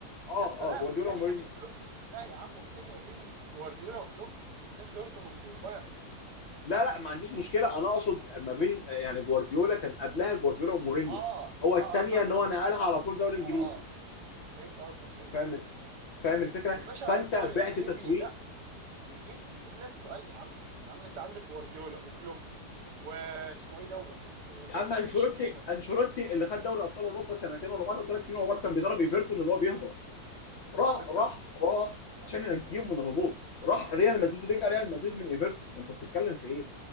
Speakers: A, on the left; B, on the right.
A: اه
B: يا اسطى لا
A: اه جوارديولا
B: والثانيه
A: ومورينيو
B: ما بين كلوب لا يا عم والثانيه ما بين جوارديولا وكلوب ما تنساش دورتموند والبايرن
A: لا لا ما عنديش مشكله انا اقصد ما بين يعني جوارديولا كان قبلها جوارديولا ومورينيو
B: اه
A: هو
B: اه
A: الثانيه
B: اه <laughs> انت
A: ان هو نقلها على طول دوري
B: اه
A: انجليزي
B: اه فهمت قصدك ايوه
A: فاهم فاهم الفكره
B: يا باشا
A: فانت
B: الدوري
A: بعت
B: الانجليزي
A: تسويق
B: لا بيجيب بيجيب ناس تقال يا عم يا عم انت عندك جوارديولا وكلوب واسمه ايه دوت آه،
A: يا عم انشيلوتي
B: بوتشيتينو
A: انشيلوتي اللي خد دوري ابطال اوروبا سنتين ورا بعض أو ثلاث سنين ورا بعض كان بيدرب ايفرتون اللي هو بيهبط راح
B: بالظبط
A: راح راح عشان ينجيهم من الهبوط راح ريال مدريد رجع ريال مدريد من ايفرتون فانت بتتكلم في ايه؟